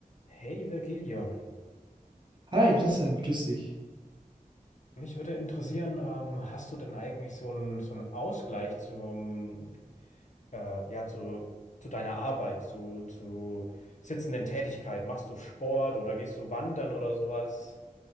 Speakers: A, on the left (about 55°); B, on the right (about 30°).
A: Hey Virgilio,
B: Hi Christian,
A: ich,
B: grüß dich.
A: mich würde interessieren, ähm, hast du denn eigentlich so einen so einen Ausgleich zum, äh, ja, zu, zu deiner Arbeit, zu, zu sitzenden Tätigkeit? Machst du Sport oder gehst du wandern oder sowas?